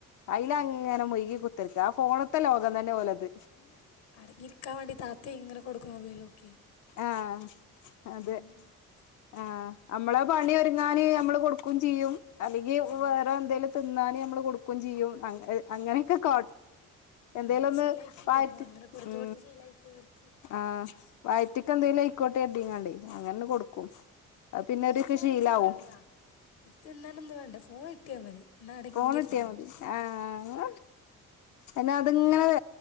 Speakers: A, on the left (about 50°); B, on the left (about 65°).
A: അയില
B: അത്
A: അങ്ങന മുഴ്‌കി കുത്തിർക്ക ആ ഫോണത്തെ ലോകം തന്നെ ഓലത്.
B: അടങ്ങിയിരിക്കാവണ്ടി താത്തിങ്ങനെ കൊടുക്കു മൊബൈലൊക്കെ
A: ആഹ് അതെ
B: ഉം.
A: ആഹ് അമ്മള് പണി ഒതുങ്ങാന് നമ്മള് കൊടുക്കു ചെയ്യും. അല്ലെങ്കി
B: അതാണ്
A: വേറെ എന്തേലും തിന്നാനു നമ്മള് കൊടുക്കും ചെയ്യും അ അങ്ങനെയൊക്ക ക എന്തേലോന്ന്
B: അതാണ് ശീലായി പോവാ
A: ആയിട്ട്
B: നമ്മൾ അങ്ങനെ കൊടുത്ത്
A: ഉം
B: കൊടുത്ത് ശീലായി പോവാ അവർക്ക്
A: ആഹ് വയറ്റ്ക്കെന്തെങ്കലു
B: ആഹ്
A: ആയിക്കോട്ടെ കര്തിങ്ങാണ്ടെ അങ്ങനെ കൊടുക്കും. അത് പിന്നൊരുക്ക്‌
B: ഇത് തിന്നാനൊന്നും
A: ഷീലാവും
B: വേണ്ട ഇത് തിന്നാനൊന്നു വേണ്ട ഫോൺ കിട്ടിയാ മതി എന്ന അടങ്ങിയിരുന്നോളും.
A: ഫോണിട്ടിയാ മതി ആഹ് അഹ്നതിങ്ങനെ